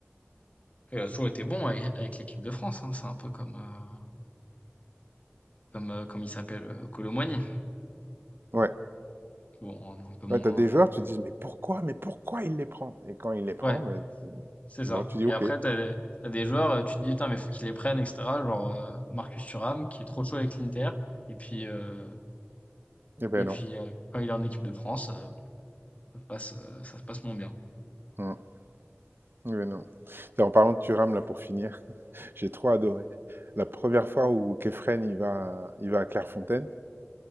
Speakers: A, on the left (about 35°); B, on the right (about 65°).
A: il a toujours été bon avec, avec l'équipe de France, hein. C'est un peu comme, euh, comme, euh, comme il s'appelle, euh, Colomboigny.
B: Ouais.
A: Bon, un peu moins,
B: Ouais, t'as des joueurs,
A: euh,
B: tu te dis, mais pourquoi, mais pourquoi il les prend? Et quand il les prend,
A: ouais.
B: ben, tu-
A: C'est
B: bon,
A: ça.
B: tu dis,
A: Et
B: ok.
A: après,
B: Eh
A: t'as, des- t'as des joueurs, euh, tu te dis, putain, mais faut qu'ils les prennent, etc. Genre euh, Marcus Thuram, qui est trop chaud avec l'Inter. Et puis, euh,
B: ben
A: et
B: non.
A: puis euh, quand il est en équipe de France, euh, ça se passe, euh, ça se passe moins bien.
B: Hum. Eh ben non. Tiens, En parlant de Thuram, là, pour finir. J'ai trop adoré. La première fois où Kefren il va, il va à Clairefontaine,